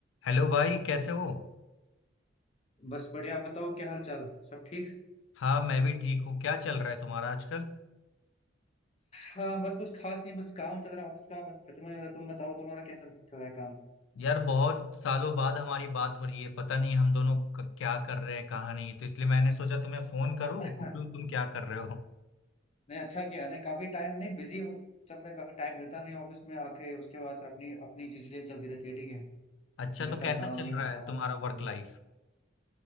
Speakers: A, on the left; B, on the left.
A: Hello भाई कैसे हो
B: बस बढ़िया आप बताओ क्या हाल चाल सब ठीक
A: हाँ मैं भी ठीक हूँ क्या चल रहा है तुम्हारा आजकल
B: हाँ बस कुछ खास नहीं बस काम चल रहा है ऑफिस का बस खत्म नहीं हो रहा तुम बताओ तुम्हारा कैसा चल रहा है काम
A: यार बहुत सालों बाद हमारी बात हो रही है पता नहीं हम दोनों क- क्या कर रहे हैं कहाँ नहीं तो इसलिए मैंने सोचा तुम्हें फोन करूँ
B: <laughs>
A: पूछूं तुम क्या कर रहे हो
B: नहीं अच्छा किया नहीं काफी टाइम नहीं बिजी हो चलता है काफी टाइम मिलता नहीं ऑफिस में आके उसके बाद फिर अपनी अपनी चीजें चलती रहती है ठीक है
A: अच्छा
B: घर
A: तो
B: का
A: कैसा
B: काम
A: चल
B: यहाँ
A: रहा है
B: का वहाँ
A: तुम्हारा
B: का काम
A: वर्क लाइफ